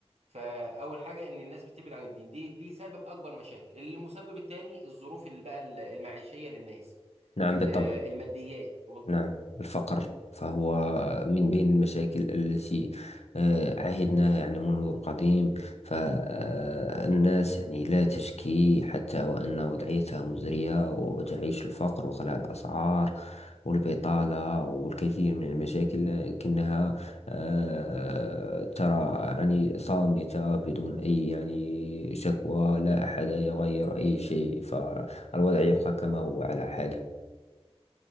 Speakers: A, on the right (about 75°); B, on the left (about 80°).
A: فاول حاجه ان الناس بتبعد عن الدين دي دي سبب اكبر مشاكل المسبب الثاني الظروف اللي بقى المعيشيه للناس
B: نعم
A: ال-
B: بالطبع
A: الماديات
B: نعم الفقر فهو من بين المشاكل التي آه، عهدناها يعني منذ القديم فالناس يعني لا تشكي حتى وأن وضعيتها مزرية وتعيش الفقر وغلاء الأسعار والبطالة والكثير من المشاكل لكنها آه، ترى يعني صامتة بدون أي يعني شكوى لا أحد يغير أي شيء فالوضع يبقى كما هو على حاله